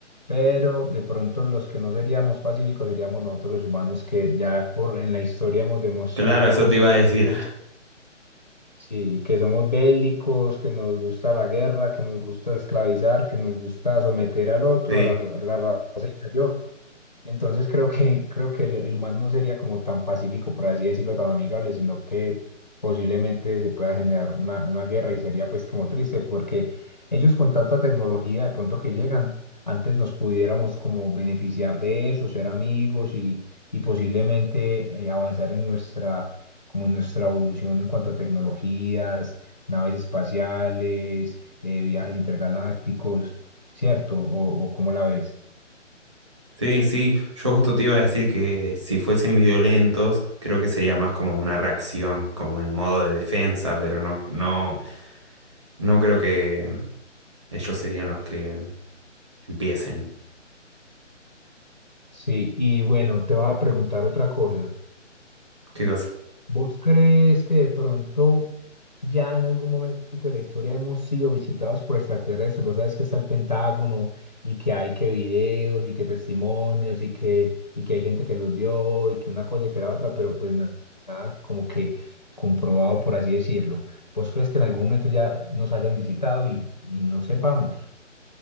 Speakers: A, on the left; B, on the right.
A: Pero de pronto los que no seríamos pacíficos seríamos nosotros los humanos que ya por en la historia hemos demostrado
B: Claro, eso te iba a decir.
A: mucho, sí, que somos bélicos, que nos gusta la guerra, que nos gusta esclavizar, que nos gusta someter al otro,
B: Sí,
A: a la, so- a la raza inferior. Entonces creo que, creo que el, el humano no sería como tan pacífico, por así decirlo, tan amigable, sino que posiblemente se pueda generar una, una guerra y sería pues como triste porque ellos con tanta tecnología de pronto que llegan, antes nos pudiéramos como beneficiar de eso, ser amigos y, y posiblemente eh, avanzar en nuestra, como en nuestra evolución en cuanto a tecnologías, naves espaciales, eh, viajes intergalácticos, ¿cierto? ¿O, o cómo la ves?
B: sí, sí. Yo justo te iba a decir que si fuesen violentos, creo que sería más como una reacción, como en modo de defensa, pero no, no, no creo que Ellos serían los que empiecen.
A: Sí, y bueno, te voy a preguntar otra cosa.
B: ¿Qué cosa?
A: ¿Vos crees que de pronto ya en algún momento de la historia hemos sido visitados por extraterrestres? Vos sabes que está el Pentágono y que hay que videos y que testimonios y que, y que hay gente que los vio y que una cosa y que la otra, pero pues na- nada, como que comprobado, por así decirlo. ¿Vos crees que en algún momento ya nos hayan visitado y, y no sepamos